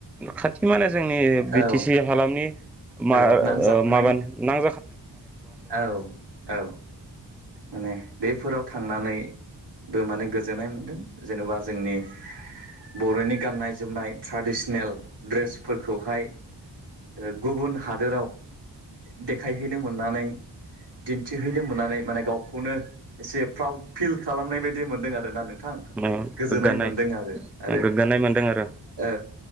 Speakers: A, in the centre; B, on the right.
A: खाथि माने जोंनि बि
B: औ
A: टि सि हालामनि मा
B: औ नांजाबनाय
A: ओ माबा नां
B: औ औ माने बेफोराव थांनानै बो माने गोजोननाय मोनदों जेनेबा जोंनि बर'नि गाननाय जोमनाय ट्रेडिसनेल ड्रेसफोरखौहाय ओ गुबुन हादोराव देखायहैनो मोननानै दिन्थिहैनो मोननानै माने गावखौनो एसे प्राउड फिल खालामनाय बायदि मोनदों आरोना नों थां
A: ओ
B: गोजोननाय
A: गोग्गानाय
B: मोनदों आरो, आरो
A: गोग्गानाय मोनदों आरो
B: औ।